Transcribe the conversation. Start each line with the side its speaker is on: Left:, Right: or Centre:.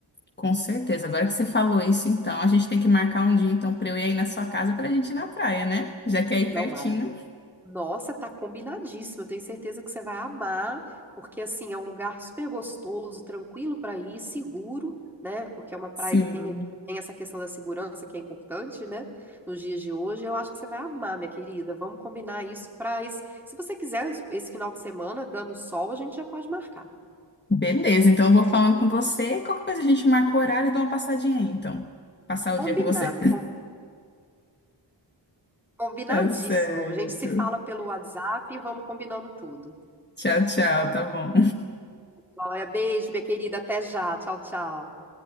Left: com certeza. Agora que você falou isso, então, a gente tem que marcar um dia, então, pra eu ir aí na sua casa pra gente ir na praia, né? Já que é aí
Centre: Não,
Left: pertinho.
Centre: Mara. Nossa, tá combinadíssimo. Eu tenho certeza que você vai amar, porque assim é um lugar super gostoso, tranquilo para ir, seguro, né? Porque é uma praia
Left: Sim.
Centre: que tem aqui, tem essa questão da segurança que é importante, né? Nos dias de hoje, eu acho que você vai amar, minha querida. Vamos combinar isso para esse. Se você quiser esse final de semana, dando sol, a gente já pode marcar.
Left: Beleza, então eu vou falando com você. Qualquer coisa a gente marca o horário e dá uma passadinha aí, então. Passar o
Centre: Combinado,
Left: dia com você. <laughs>
Centre: combinado. Combinadíssimo.
Left: Tá certo.
Centre: A gente se fala pelo WhatsApp e vamos combinando tudo.
Left: Tchau, tchau, tá bom.
Centre: Olha, beijo, minha querida. Até já. Tchau, tchau.